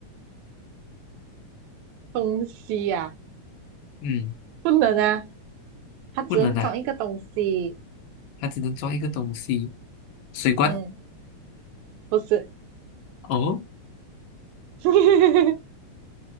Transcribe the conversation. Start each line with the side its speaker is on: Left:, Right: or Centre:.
Right: 东西呀、啊，
Left: 嗯，
Right: 不能啊，它只能装一个东西，
Left: 不能啊，它只能装一个东西，水罐。
Right: 嗯。不是，
Left: 哦，
Right: <laughs>